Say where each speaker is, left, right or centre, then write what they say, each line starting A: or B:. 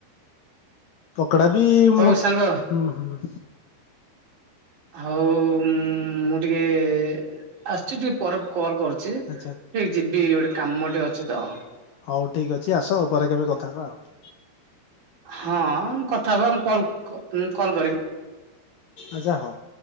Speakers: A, on the left; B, on the right.
A: ପକଡା ବି ହୁଁ-ହୁଁ-ହୁଁ
B: ହଉ ସାଙ୍ଗ ହଉ ଉ ଉମ ମୁଁ ଟିକେ କେ ଆସିଛି ଟିକେ ପରେ କଲ କରୁଛି। ଟିକେ
A: ଆଚ୍ଛା
B: ଯିବି ଗୋଟେ କାମ ଟିକେ ଅଛି ତ।
A: ହଉ ଠିକ୍ ଅଛି ଆସ ପରେ କେବେ କଥା ହବା ଆଉ।
B: ହ କଥା ହେବା ମୁଁ କଲ ମୁଁ କଲ୍ କରିବି।
A: ଆଚ୍ଛା ହଉ